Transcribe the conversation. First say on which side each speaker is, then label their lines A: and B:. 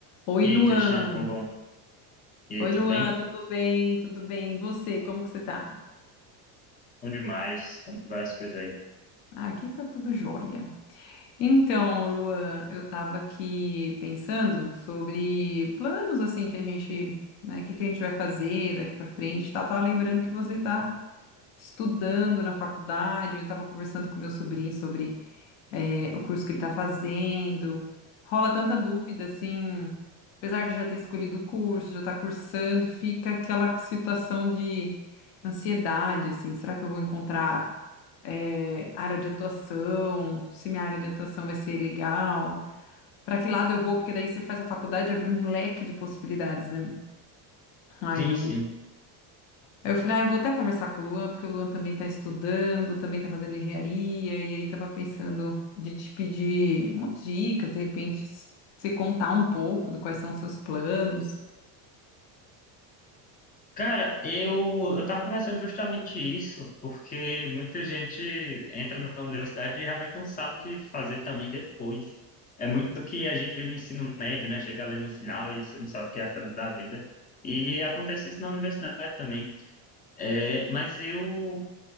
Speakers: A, on the left (about 65°); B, on the left (about 20°).
A: Oi,
B: E
A: Luan.
B: aí, Cristiano, como bom? E aí,
A: Oi,
B: tudo
A: Luan,
B: bem?
A: tudo bem? Tudo bem? E você, como que você tá?
B: Bom demais, como várias coisas aí.
A: Ah, aqui tá tudo jóia. Então, Luan, eu tava aqui pensando sobre planos assim que a gente, né, o que que a gente vai fazer daqui pra frente, tá? Tava lembrando que você tá estudando na faculdade, eu tava conversando com meu sobrinho sobre é, o curso que ele está fazendo. Rola tanta dúvida, assim, apesar de já ter escolhido o curso, já estar cursando, fica aquela situação de ansiedade, assim, será que eu vou encontrar é, área de atuação? Se minha área de atuação vai ser legal? Para que lado eu vou? Porque daí você faz a faculdade e abre um leque de possibilidades, né? Aí
B: Sim, sim.
A: Aí eu falei, ah, eu vou até conversar com o Luan, porque o Luan também está estudando, também está fazendo engenharia, e aí estava pensando de te pedir umas dicas, de repente, s- você contar um pouco de quais são os seus planos.
B: Cara, eu, eu tava conversando justamente isso, porque muita gente entra na universidade e realmente não sabe o que fazer também depois. É muito do que a gente vê no ensino médio, né? Chegar ali no final e você não sabe o que é fazer da vida. E acontece isso na universidade também. É, mas eu